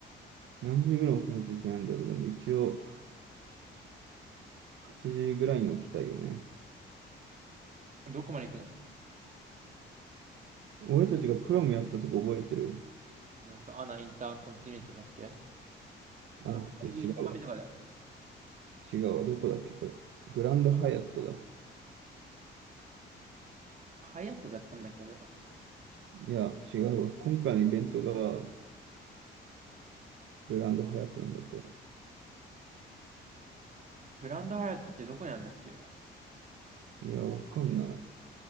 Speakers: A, on the right; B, on the right.
A: 何時ぐらい起きなきゃいけないんだろう。でも、一応、8時ぐらいに起きたいよね。
B: どこまで行くの
A: 俺たちがプロムやったとこ覚えてる
B: なんか、アナインターコンティネンタルだっけ
A: あ、
B: 六六本木目とかだよね
A: じゃあ違うわ。違うわ。どこだっけ、これ。グランドハヤットだ。
B: ハイアットでやったんだっけ、俺ら。
A: いや、違うわ。今回のイベントがグランドハヤットなんだって。
B: グランドハイアットってどこにあるんだっけ
A: いや、わかんない。